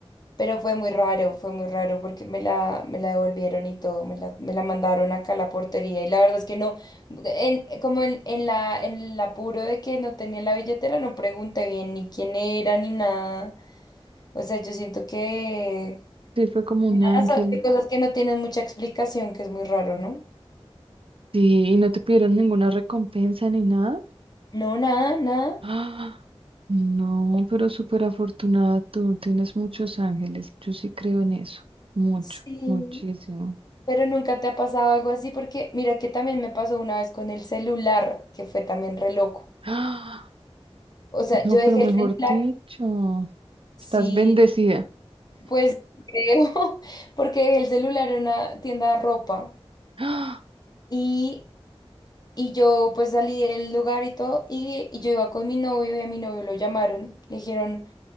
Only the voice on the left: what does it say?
Pero fue muy raro, fue muy raro porque me la, me la devolvieron y todo, me la, me la mandaron acá a la portería y la verdad es que no, en, como en, en la, en el apuro de que no tenía la billetera, no pregunté bien ni quién era ni nada. O sea, yo siento que
nada,
son cosas que no tienen mucha explicación, que es muy raro, ¿no?
No, nada, nada.
Sí,
pero nunca te ha pasado algo así porque mira que también me pasó una vez con el celular, que fue también re loco.
O sea,
yo
dejé
el celular.
Sí,
Pues creo, <laughs> porque el celular era una tienda de ropa
y, y yo pues salí del lugar y todo y, y yo iba con mi novio y a mi novio lo llamaron, le dijeron,